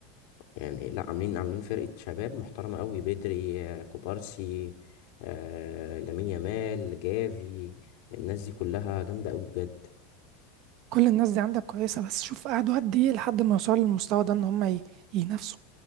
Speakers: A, on the left; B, on the right.
A: يعني لا عاملين عاملين فرقة شباب محترمة قوي بدري آه، كوبارسي آه لامين يامال جافي الناس دي كلها جامدة قوي بجد
B: كل الناس دي عندك كويسة بس شوف قعدوا قد ايه لحد ما يوصلوا للمستوى ده ان هم ي- ينافسوا